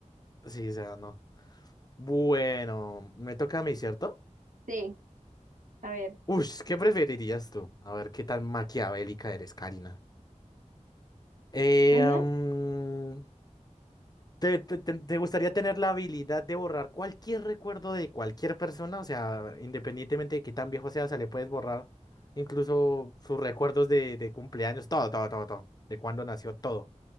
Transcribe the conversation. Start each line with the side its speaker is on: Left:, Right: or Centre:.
Left: pues sí, o sea, no. Bueno, me toca a mí, ¿cierto?
Right: Sí, a ver.
Left: Uy, ¿qué preferirías tú? A ver, ¿qué tan maquiavélica eres, Karina? Eh,
Right: ujú,
Left: am, ¿te, te- te- te gustaría tener la habilidad de borrar cualquier recuerdo de cualquier persona? O sea, independientemente de qué tan viejo sea, o sea, le puedes borrar incluso sus recuerdos de, de cumpleaños, todo, todo, todo, todo, de cuándo nació, todo.